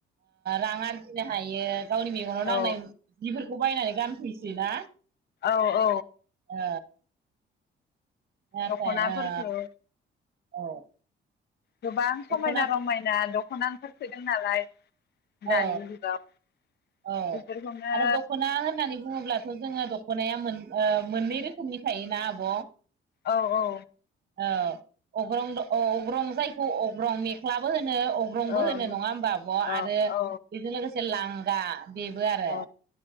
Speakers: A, on the right (about 50°); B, on the left (about 55°).
A: रां ओ आरजिनो हायो। गावनि मेगनाव
B: औ
A: नांनाय जिफोर खौ बायनानै गानफैसै ना
B: औ औ
A: ओ <unintelligible>
B: दख'नाफोरखौ
A: औ
B: गोबां
A: दख'ना
B: समायना रमायना दख दख'ना ओंखारसोदों नालाय दानि
A: औ
B: जुगाव
A: औ
B: बेफोरखौनो
A: आरो दख'ना होननानै बुङोब्लाथ' जों दख'नाया मोन ओ मोननै रोखोमनि थायोना आब'
B: औ औ
A: औ अग्रं अग्रं जायखौ अग्रं मेख्लाबो होनो अग्रंबो
B: औ
A: होनो नङा होमबाब' आरो
B: औ
A: बेजों लोगोसे लां दा बेबो आरो
B: औ